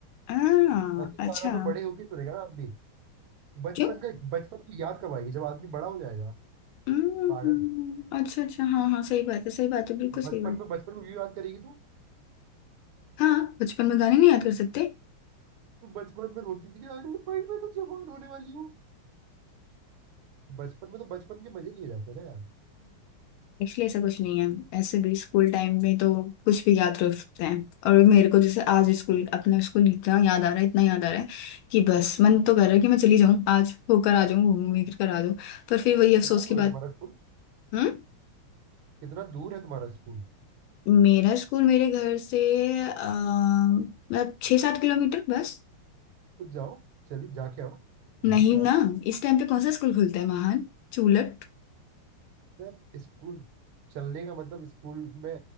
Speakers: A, on the left; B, on the right.
A: हाँ
B: और ये
A: अच्छा
B: गाना तो बड़े होके सुनेगा आप भी बचपन
A: क्यों
B: का बचपन की याद कब आएगी जब आदमी बड़ा हो जाएगा
A: हम्म
B: पागल
A: अच्छा अच्छा हाँ हाँ सही बात है सही बात है बिल्कुल सही
B: बचपन
A: बात है
B: में बचपन में भी बात करेगी तू
A: हाँ बचपन में गाने नहीं याद कर सकते
B: तू बचपन में रोती थी कि अरे भाई मैं तो जवान होने वाली हूँ बचपन में तो बचपन के मजे लिए जाते हैं ना यार
A: एक्चुअली ऐसा कुछ नहीं है ऐसे भी स्कूल टाइम में तो कुछ भी याद रख सकते हैं और मेरे को जैसे आज स्कूल अपना स्कूल इतना याद आ रहा है इतना याद आ रहा है कि बस मन तो कर रहा है कि मैं चली जाऊँ आज होकर आ जाऊँ घूम घूम कर आ जाऊँ पर फिर वही अफसोस
B: कितना
A: की
B: दूर
A: बात
B: है तुम्हारा स्कूल
A: हम्म
B: कितना दूर है तुम्हारा स्कूल
A: मेरा स्कूल मेरे घर से अ, मतलब छः सात किलोमीटर बस
B: तो जाओ चलिए जाके आओ
A: नहीं
B: घूम के
A: ना
B: आओ
A: इस टाइम पे कौन सा स्कूल खुलता है महान चूलट
B: यार स्कूल चलने का मतलब स्कूल में